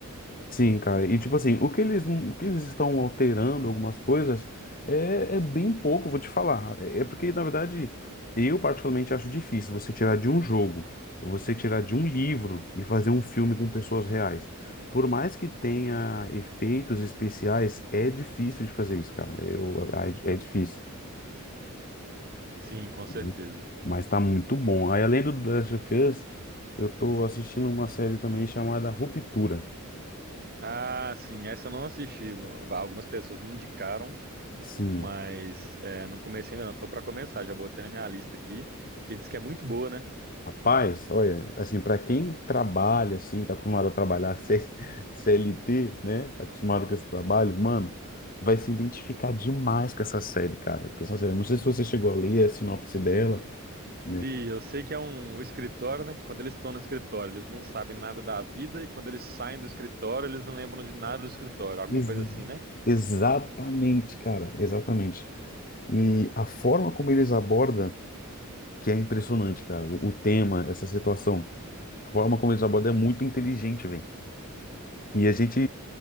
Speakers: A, on the left (about 40°); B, on the right (about 45°).
A: Sim, cara. E tipo assim, o que eles, o que eles estão alterando algumas coisas é, é bem pouco, vou te falar. É é porque, na verdade, eu particularmente acho difícil você tirar de um jogo, você tirar de um livro e fazer um filme com pessoas reais. Por mais que tenha efeitos especiais, é difícil de fazer isso, cara. Eu, é, é difícil.
B: Sim, com certeza.
A: Uhum. Mas tá muito bom. Aí, além do The Last of Us, eu tô assistindo uma série também chamada Ruptura.
B: Ah, sim, essa eu não assisti. Algumas pessoas me indicaram.
A: Sim,
B: mas é, não comecei ainda não. Tô pra começar, já botei na minha lista aqui, que diz que é muito boa, né?
A: Rapaz, olha, assim, para quem trabalha, assim, tá acostumado a trabalhar C- <laughs> CLT, né? Tá acostumado com esse trabalho, mano, vai se identificar demais com essa série, cara. Com essa série. Não sei se você chegou a ler a sinopse dela, né?
B: Vi, eu sei que é um, um escritório, né? Que quando eles estão no escritório, eles não sabem nada da vida, e quando eles saem do escritório, eles não lembram de nada do escritório, alguma
A: Ex-
B: coisa assim, né?
A: exatamente, cara, exatamente. E a forma como eles abordam, que é impressionante, cara, o, o tema, essa situação, a forma como eles abordam é muito inteligente, E a gente,